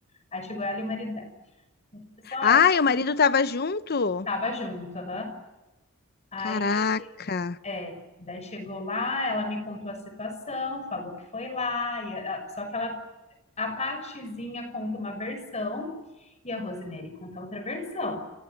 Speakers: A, on the left (about 30°); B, on the left (about 50°).
A: Aí chegou ela e o marido dela. Ela falou assim, ó,
B: Ai,
A: eu sei
B: o marido
A: que
B: tava junto?
A: tava junto, aham. Aí,
B: Caraca.
A: é, daí chegou lá, ela me contou a situação, falou que foi lá, e a- a- só que ela, a Patizinha conta uma versão e a Rosemary conta outra versão,